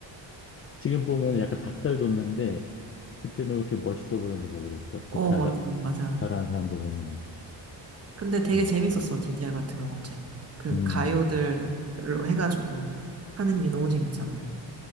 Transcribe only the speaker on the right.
어,
맞아, 맞아.
근데 되게
재밌었어, DDR 같은 경우는 이제. 그
가요들로 해가지고 하는 게 너무 재밌잖아.